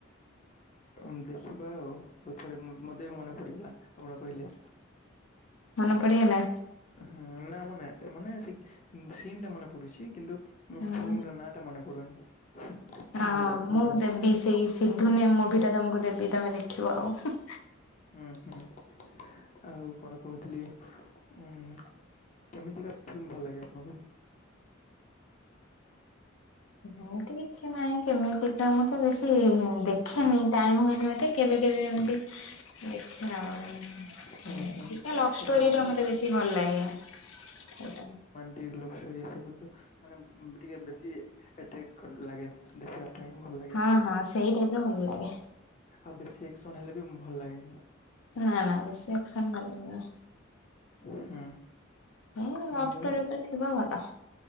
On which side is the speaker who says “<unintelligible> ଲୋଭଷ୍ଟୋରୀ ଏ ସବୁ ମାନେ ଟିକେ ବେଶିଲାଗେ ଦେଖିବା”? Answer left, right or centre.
Left